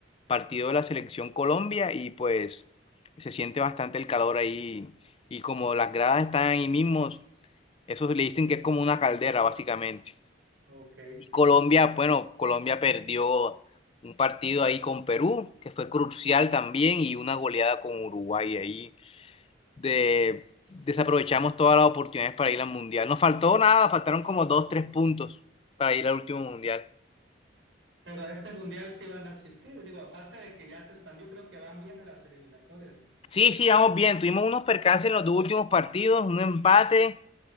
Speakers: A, on the left; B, on the right.
A: partido de la selección Colombia y pues se siente bastante el calor ahí y como las gradas están ahí mismos, eso le dicen que es como una caldera básicamente.
B: Ok.
A: Y Colombia, bueno, Colombia perdió un partido ahí con Perú, que fue crucial también, y una goleada con Uruguay ahí. De, desaprovechamos todas las oportunidades para ir al Mundial. Nos faltó nada, faltaron como dos, tres puntos para ir al último Mundial.
B: Pero a este mundial sí van a asistir, digo, aparte de que ya se expandió, creo que van bien en las eliminatorias.
A: Sí, sí, vamos bien. Tuvimos unos percances en los dos últimos partidos, un empate